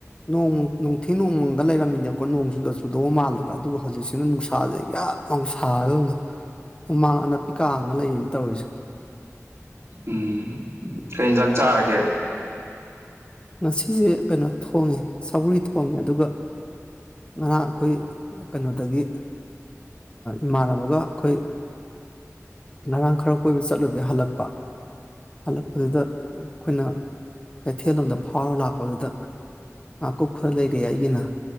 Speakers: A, on the left; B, on the right.
A: ꯅꯣꯡ ꯅꯨꯡꯊꯤ ꯅꯣꯡꯃꯪꯒ ꯂꯩꯔꯝꯃꯤꯅꯦꯕꯀꯣ ꯅꯣꯡ ꯆꯨꯗ ꯆꯨꯗꯧꯕ ꯃꯥꯜꯂꯒ ꯑꯗꯨꯒ ꯍꯧꯖꯤꯛꯁꯤꯅ ꯅꯨꯡꯁꯥꯁꯦ ꯌꯥꯝ ꯌꯥꯝ ꯁꯥꯒꯗꯧꯅꯤ ꯍꯨꯃꯥꯡ ꯑꯅꯥꯄꯤꯀꯥꯉ ꯂꯩꯌꯦꯅ ꯇꯧꯔꯤꯁꯦ
B: ꯎꯝ ꯀꯩ ꯌꯦꯟꯖꯥꯡ ꯆꯥꯔꯒꯦ
A: ꯉꯁꯤꯁꯦ ꯀꯩꯅꯣ ꯊꯣꯡꯉꯦ ꯁꯕꯨꯔꯤ ꯊꯣꯡꯉꯦ ꯑꯗꯨꯒ ꯉꯔꯥꯡ ꯑꯩꯈꯣꯏ ꯀꯩꯅꯣꯗꯒꯤ ꯏꯃꯥꯟꯅꯕꯒ ꯑꯩꯈꯣꯏ ꯉꯔꯥꯡ ꯈꯔ ꯀꯣꯏꯕ ꯆꯠꯂꯨꯕꯗ ꯍꯜꯂꯛꯄ ꯍꯜꯂꯛꯄꯗꯨꯗ ꯑꯩꯈꯣꯏꯅ ꯀꯩꯊꯦꯜꯂꯣꯝꯗ ꯐꯥꯎꯔꯒ ꯂꯥꯛꯄꯗꯨꯗ ꯃꯀꯨꯞ ꯈꯔ ꯂꯩꯔꯤ ꯑꯩꯒꯤꯅ